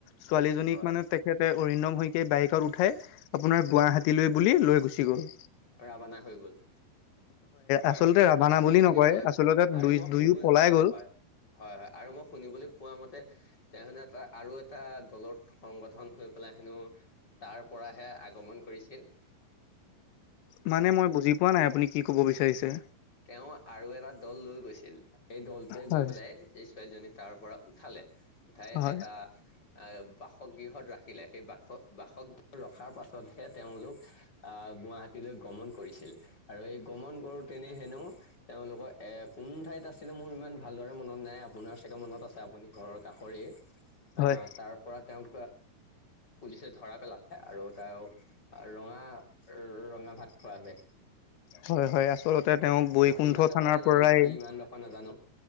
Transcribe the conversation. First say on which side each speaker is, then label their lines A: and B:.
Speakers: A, on the left; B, on the left.
A: ছোৱালীজনীক
B: হয়
A: মানে তেখেতে অৰিন্দম সৈতে বাইকত উঠাই আপোনাৰ গুৱাহীলৈ বুলি লৈ গুচি গল।
B: ৰাবানা হৈ গ'ল। হয়
A: আচলতে ৰাভানা
B: আৰু
A: বুলি
B: মই শুনিবলৈ
A: নকয় আচলতে
B: আৰু
A: দুই
B: মই
A: দুয়ো
B: সুবি
A: পলাই গ'ল
B: হয় হয় হয় আৰু মই শুনিবলৈ পোৱা মতে তেনেহলে এটা আৰু এটা এটা দলত সংগঠন হৈ পেলাই হেনো তাৰ পৰাহে আগমন কৰিছিল।
A: মানে মই বুজি পোৱা নাই আপুনি কি কব বিচাৰিছে।
B: তেওঁ আৰু এটা দল লৈ গৈছিল, সেই দলটোৱে
A: হয়,
B: গৈ পেলাই সেই ছোৱালীজনীক তাৰ পৰা উঠালে উঠাই
A: হয়,
B: এটা আহ বাসগৃহত ৰাখিলে সেই বাস বাসগৃহত ৰখাৰ পাছতহে তেওঁলোক আহ গুৱাহাটীলৈ গমন কৰিছিল আৰু এই গমন কৰো তেনেহে এনে তেওঁলোকৰ এ কোন ঠাইত আছিলে মোৰ ইমান ভালদৰে মনত নাই আপোনাৰ চাগে মনত আছে আপুনি ক ঘৰৰ কাষৰে,
A: হয়,
B: আহ তাৰ পৰা তেওঁক পুলিচে ধৰা পেলালে আৰু তাৰ ৰঙা ৰঙা ভাত খোৱালে।
A: হয় হয় আচলতে তেওঁক বৈকুণ্ঠ
B: মই সিমান ডখৰহে
A: থানাৰ
B: জানো
A: পৰাই
B: বাকী ইমান ডখৰ নাজানো